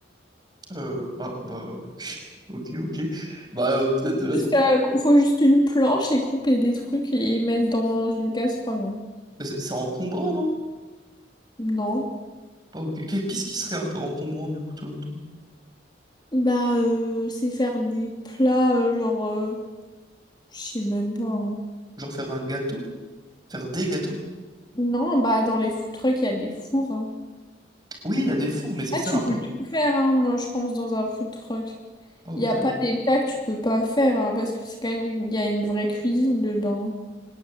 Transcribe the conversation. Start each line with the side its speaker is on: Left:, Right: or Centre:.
Right: Euh, ah, bah, ok, ok. Bah, euh, peut-être de la
Left: Juste,
Right: soupe.
Left: euh, faut juste une planche et couper des trucs et mettre dans une casserole. hein.
Right: Mais C'est c'est encombrant, non?
Left: Non.
Right: Oh, ok. Qu'est- Qu'est-ce qui serait un peu encombrant, du coup, selon toi?
Left: Bah, euh, c'est faire des plats, euh, genre, euh, je sais même pas. hein.
Right: Genre faire un gâteau? Faire des gâteaux?
Left: Non, bah, dans les food trucks, il y a des fours. hein.
Right: Oui, il y a des fours, mais est-ce
Left: Ah,
Right: que c'est
Left: tu
Right: un plan?
Left: peux tout faire, hein, moi, je pense, dans un food truck.
Right: Ah, ok.
Left: Il n'y a pas des plats que tu peux pas faire, hein, parce que c'est quand même, une- il y a une vraie cuisine dedans.